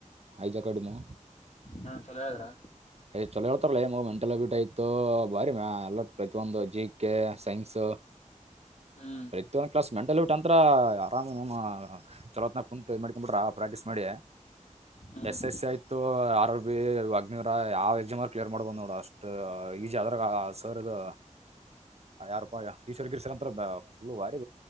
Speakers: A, on the right; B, on the left.
A: ಇ ಜಿ ಅಕಾಡೆಮಿ
B: ಹಾ ಚಲೋ ಹೇಳಿದ್ರ
A: ಏ್ ಚಲೋ ಹೇಳ್ತಾರಲ್ಲಗ ಮೆಂಟಲ್ ಅಬಿಲಿಟಿ ಆಯ್ತು ಬಾರಿ ಮ ಅಲ್ಲ ಪ್ರತಿ ಒಂದು ಜಿ ಕೆ ಸೈನ್ಸ್
B: ಹ್ಮ್
A: ಪ್ರತಿಯೊಂದ್ ಕ್ಲಾಸ್ ಮೆಂಟಲ್ ಅಬಿಲಿಟಿ ಅಂತರ ಆರಾಮ ಚಲೋತ್ ಕುಂತ ಮಾಡಕೊಂಡ್ಬಿಟ್ರ ಪ್ರಾಕ್ಟೀಸ್ ಮಾಡಿ
B: ಹ್ಮ್
A: ಎಸ್ ಎಸ್ ಸಿ ಆಯ್ತು ಆರ್ ಆರ್ ಬಿಗ್ನಿ ್ರ ಯಾವ ಎಕ್ಸಾಮಲ್ಲಿ ಕ್ಲಿಯರ್ ಮಾಡ್ಬೋ್ ನೋಡು ಅಷ್ಟ ಈಜಿ ಆದ್ರಾಗ ಸರ್ ಇದು ಯಾರಪ್ಪ ಈಶ್ವರ್ ಗಿರಿ ಸರ್ರ್ಂತ ಫುಲ್ಲು ವಾರಿ